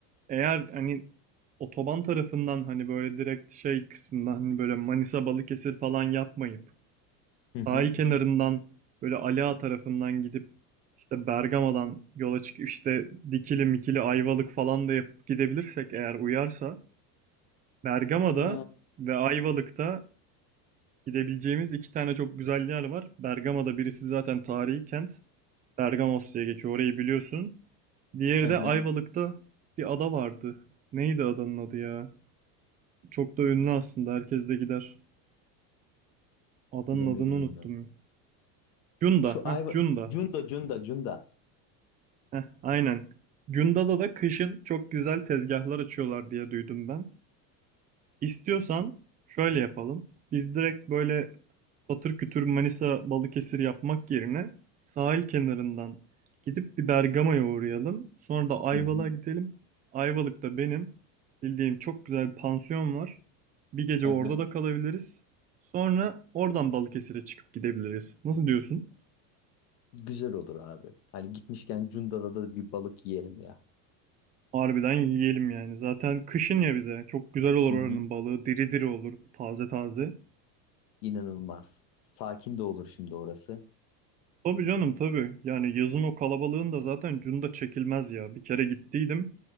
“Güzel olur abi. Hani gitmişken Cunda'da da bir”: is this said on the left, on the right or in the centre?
Left